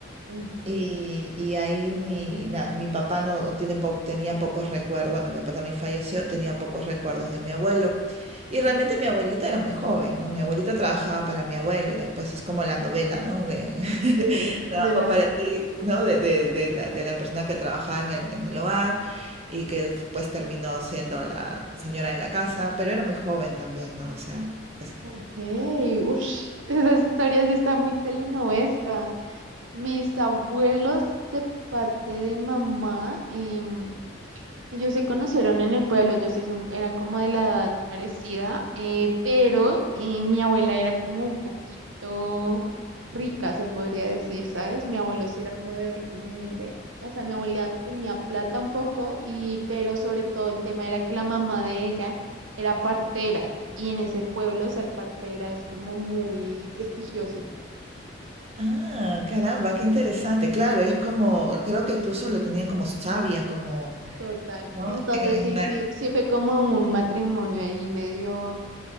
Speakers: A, on the right; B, on the right.
A: Sí.
B: Y, y ahí mi, na- mi papá no tiene po- tenía pocos recuerdos, bueno, mi papá también falleció, tenía pocos recuerdos de mi abuelo. Y realmente
A: ujú.
B: mi abuelita era muy joven, ¿no? Mi abuelita trabajaba para mi abuelo y después es como la novela, ¿no? De <laughs>
A: Sí,
B: trabajo
A: de la...
B: para ti, ¿no? De, de, de la, de la persona que trabajaba en el, en el hogar y que después terminó siendo la señora de la casa, pero era muy joven también, ¿no? O sea, pues
A: Ok, ush, esa historia sí está muy telenovesca. Mis abuelos de parte de mamá, em. Ellos se conocieron en el pueblo, ellos sí son- eran como de la edad parecida, eh, pero eh, mi abuela era como un poquito rica, se podría decir, ¿sabes? Mi abuelo sí era como de origen humilde, o sea, mi abuela tenía plata un poco, y, pero sobre todo el tema era que la mamá de ella era partera, y en ese pueblo ser partera es como muy prestigioso.
B: Ah, caramba, qué interesante. Claro, es como, creo que incluso lo tenían como savia, como,
A: Total.
B: ¿no?
A: Entonces
B: En-
A: sí,
B: en la-
A: sí, sí fue como un matrimonio ahí medio